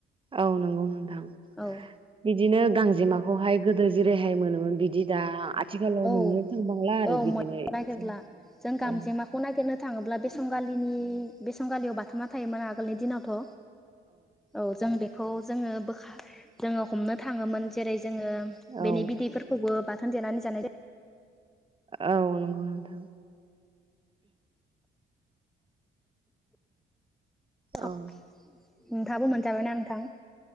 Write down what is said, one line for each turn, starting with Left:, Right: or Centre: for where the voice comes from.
Right: औ नंगौ नोंथां
Centre: औ
Right: बिदिनो गांजेमा खौहाय गोदो जेरैहाय मोनोमोन बिदि दा आ थिखालाव
Centre: औ
Right: मोननो थांबांला आरो
Centre: औ
Right: बिदिनो
Centre: मोननो
Right: इसे
Centre: नागिरला जों गांजेमाखौ
Right: ओ
Centre: नागिरनो थाङोब्ला बेसंगालिनि बेसंगालियाव बाथामना थायोमोन आ गोलनि दिनावथ' औ जों बेखौ जोङो बोखा जोङो हमनो थाङोमोन जेरै जोङो
Right: औ
Centre: बेनि बिदैफोरखौबो बाथोन देनानै जानाय जायो।
Right: औ नंगौ नोंथां।
Centre: <unintelligible>
Right: औ
Centre: नोंथाङाबो मोनजाबायना नोंथां।